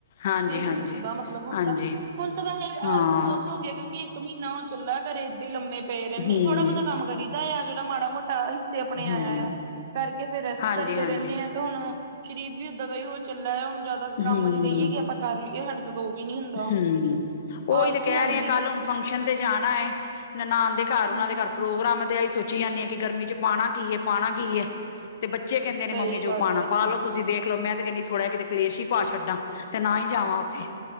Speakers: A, on the left; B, on the right.
A: ਹਾਂਜੀ
B: ਸਿਰ
A: ਹਾਂਜੀ
B: ਹੀ ਦੁੱਖਦਾ ਮਤਲਬ ਹੁਣ
A: ਹਾਂਜੀ
B: ਤਾਂ। ਹੁਣ ਤਾਂ ਵੈਸੇ
A: ਹਾਂ
B: ਆਲਸ ਬਹੁਤ ਹੋ ਗਿਆ, ਕਿਉਂਕਿ ਇੱਕ ਮਹੀਨਾ ਉਹ ਚੱਲਲਾ ਘਰੇ ਇਦਾ ਲੰਮੇ ਫਿਰ
A: ਹਮ
B: ਥੋੜਾ ਬਹੁਤਾ ਕੰਮ ਕਰੀਦਾ ਆ, ਜਿਹੜਾ ਮਾੜਾ ਮੋਟਾ ਅ ਆਪਣੇ ਆਇਆ
A: ਹਮ
B: ਆ, ਕਰਕੇ ਫੇਿਰ ਰੈਸਟ
A: ਹਾਂਜੀ
B: ਕਰਦੇ
A: ਹਾਂਜੀ
B: ਰਹਿੰਦੇ ਆਾਂ ਤੇ ਹੁਣ ਸ਼ਰੀਰ ਵਿਦਾ ਦਾ ਹੀ ਹੋ ਚੱਲਲਾ ਹੁਣ ਜਿਆਦਾ ਕੰਮ
A: ਹਮ
B: ਅਜੇ ਕਹੀਏ, ਕਿ ਆਪਾਂ ਕਰ ਲਈਏ ਸਾਡੇ ਤਾਂ ਦ ਉਹ ਵੀ ਨੀ ਹੁੰਦਾ।
A: ਹਮ ਉਹੀ
B: ਆਲਸੀ
A: ਤੇ ਕਹਿ
B: ਆਉਂਦੀ
A: ਰਹੇ ਆ ਕੱਲ
B: ਹੈ।
A: ਹੁਣ ਫੰਕਸ਼ਨ ਤੇ ਜਾਣਾ ਹੈ ਨਨਾਾਨ ਦੇ ਘਰ,
B: ਹੂੰ
A: ਉਹਨਾਂ ਦੇ ਘਰ ਪ੍ਰੋਗਰਾਮ ਤੇ ਇਹ ਹੀ ਸੋਚਾ ਪੁੀ ਜਾਂਦੀ ਹ ਕਿ ਗਰਮੀ ਚ' ਪਾਉਣਾ ਕੀ ਹੈ, ਪਾਉਣਾ ਕੀ ਹੈਏ, ਤੇ ਬੱਚੇ ਕਹਿੰਦੇ ਨੇ
B: ਸਹੀ
A: ਮੰਮੀ ਜੋ
B: ਗੱਲ
A: ਪਾਉਣਾ
B: ਆ
A: ਪਾ ਲੋ। ਤੁਸੀ ਦੇਖ ਲੋ, ਮੈਂ ਤੇ ਕਹਿੰਦੀ ਥੋੜਾ ਕਿਤੇ ਕਲੇਸ਼ ਹੀ ਭਅ ਛੱਡਾਂ। ਤੇ ਨਾ ਹੀ ਜਾਵਾਂ ਉੱਥੇ,